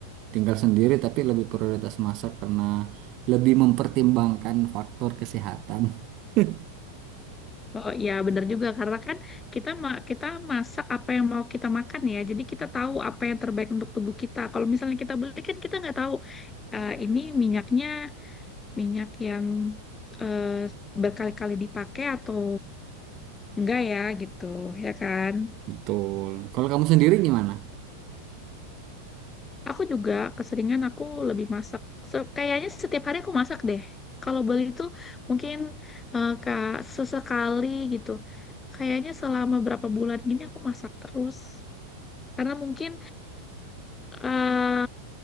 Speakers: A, on the right; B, on the left.
A: tinggal sendiri tapi lebih prioritas masak karena lebih mempertimbangkan faktor kesehatan. <laughs>
B: Oh iya benar juga karena kan kita ma- kita masak apa yang mau kita makan ya. Jadi kita tahu apa yang terbaik untuk tubuh kita. Kalau misalnya kita beli kan kita nggak tahu eh, ini minyaknya minyak yang eh, berkali-kali dipakai atau enggak ya gitu ya kan
A: Betul. Kalau kamu sendiri gimana?
B: aku juga keseringan aku lebih masak Se- kayaknya setiap hari aku masak deh kalau beli itu mungkin eh, ka- sesekali gitu kayaknya selama berapa bulan gini aku masak terus karena mungkin eh,